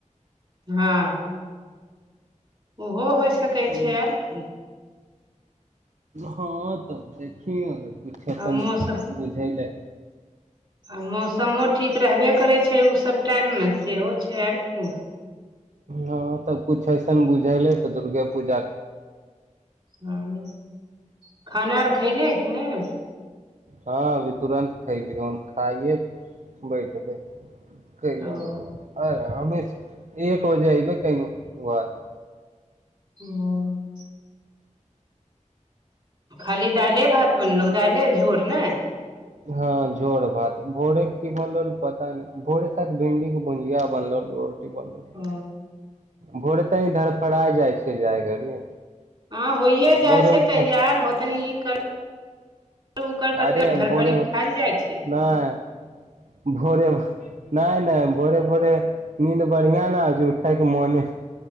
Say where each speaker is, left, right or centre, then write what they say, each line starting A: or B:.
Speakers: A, on the right (about 40°); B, on the right (about 65°).
A: हँ ओहो होइ सकैत
B: तऽ
A: छै आर की
B: हँ तऽ देखि किुछु एसन
A: आ मौसम
B: बुझैलै
A: आ मौसमो ठीक रहबे करै छै उ सब टाइम मे सेहो छै आर की
B: हँ तऽ कुछ अइसन बुझैलै तऽ दुर्गे पूजा
A: हँ खाना आर खैले कि नय
B: हँ अभी तुरन्त खेलियौन खाइए बैठबै कौ
A: ओ
B: अरे अ एक बजे आबै कैलियौ घर <unintelligible>
A: ह <unintelligible> खाली दाइले भात बनलहुँ दाइले झोर नय
B: हँ झोर भात भोरे की बनल पता नहि भोरे सायद भिन्डी के भुजिया बनलो रोटी बनलो
A: ओ
B: भोरे तनी धरफड़ा जाइ छिय जाय घड़ी
A: हँ होए जाइ
B: भोरे
A: छै
B: उठे
A: तैयार होतनी ई कर उ कर करते
B: अरे
A: धरफड़ी
B: भोरे
A: मे
B: मेनहि
A: खायल जाइ छै
B: भोरे मे नहि नहि भोरे भोरे नीद बढ़िआ न होइ छै उठायके मोने